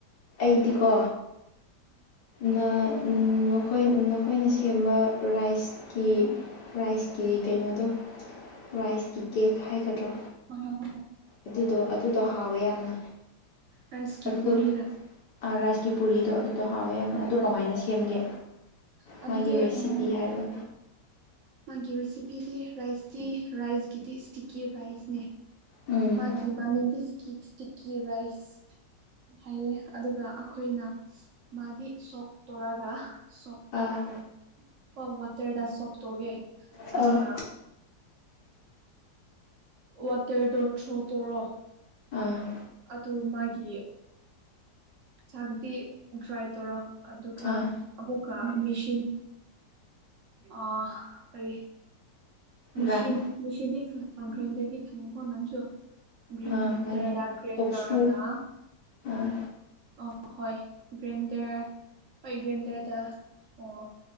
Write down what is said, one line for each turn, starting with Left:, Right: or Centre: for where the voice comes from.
Left: ꯑꯩꯗꯤꯀꯣ ꯅ ꯅꯈꯣꯏ ꯅꯈꯣꯏꯅ ꯁꯦꯝꯕ ꯔꯥꯏꯁꯀꯤ ꯔꯥꯏꯁꯀꯤ ꯀꯩꯅꯣꯗꯣ ꯔꯥꯏꯁꯀꯤ ꯀꯦꯛ ꯍꯥꯏꯒꯗ꯭ꯔꯣ
Right: ꯍ
Left: ꯑꯗꯨꯗꯣ ꯑꯗꯨꯗꯣ ꯍꯥꯎꯋꯦ ꯌꯥꯝꯅ
Right: ꯔꯥꯏꯁꯀꯤ
Left: ꯑꯗꯨꯗꯣ
Right: ꯄꯨꯔꯤꯔ
Left: ꯔꯥꯏꯁꯀꯤ ꯄꯨꯔꯤꯗꯣ ꯑꯗꯨꯗꯣ ꯍꯥꯎꯋꯦ ꯌꯥꯝꯅ
Right: ꯍꯣꯏ
Left: ꯑꯗꯨ
Right: ꯍꯣꯏ
Left: ꯀꯃꯥꯏꯅ ꯁꯦꯝꯒꯦ
Right: ꯑꯗꯨꯗꯤ
Left: ꯃꯥꯒꯤ ꯔꯦꯁꯤꯄꯤ
Right: ꯎꯝ
Left: ꯍꯥꯏꯔꯣ
Right: ꯃꯥꯒꯤ ꯔꯤꯁꯤꯄꯤꯗꯤ ꯔꯥꯏꯁꯇꯤ ꯔꯥꯏꯁꯀꯤꯗꯤ ꯏꯁꯇꯤꯛꯀꯤ ꯔꯥꯏꯁꯅꯦ
Left: ꯎꯝ
Right: ꯃꯥꯒꯤ ꯃꯥꯃꯤꯗꯤꯀꯤ ꯁꯤꯀꯤ ꯔꯥꯏꯁ ꯍꯥꯏꯑꯦ ꯑꯗꯨꯒ ꯑꯩꯈꯣꯏꯅ ꯃꯥꯗꯤ ꯁꯣꯛꯇꯣꯔꯒ ꯁꯣꯛꯇꯣꯔ
Left: ꯑꯥ
Right: ꯀꯣ ꯋꯥꯇꯔꯗ ꯁꯣꯛꯇꯣꯛꯒꯦ
Left: ꯑꯥ
Right: ꯑꯗꯨꯒ ꯋꯥꯇꯔ ꯗꯣ ꯊ꯭ꯔꯣ ꯇꯣꯔꯣ
Left: ꯑꯥ
Right: ꯑꯗꯨ ꯃꯥꯒꯤ ꯆꯥꯛꯗꯤ ꯗ꯭ꯔꯥꯏ ꯇꯧꯔꯣ ꯑꯗꯨꯒ
Left: ꯑꯥ
Right: ꯑꯃꯨꯛꯀꯥ ꯃꯤꯁꯤ ꯑ ꯀꯔꯤ ꯃ
Left: ꯒ꯭ꯔꯥꯏꯟ
Right: ꯃ ꯭ꯔꯤꯟꯗꯗꯤ ꯀꯁꯨ ꯭ꯔꯤ
Left: ꯑꯥ
Right: <unintelligible>
Left: ꯈꯪꯉꯦ
Right: ꯗꯔꯠꯗꯥꯟꯗꯦꯟ
Left: ꯇꯣꯛꯁꯨ
Right: ꯇꯔꯒ
Left: ꯑꯥ
Right: ꯑ ꯍꯣꯏ ꯖꯦꯟꯗꯔ ꯍꯣꯏ ꯒ꯭ꯔꯦꯟꯗꯔꯗ ꯑꯣ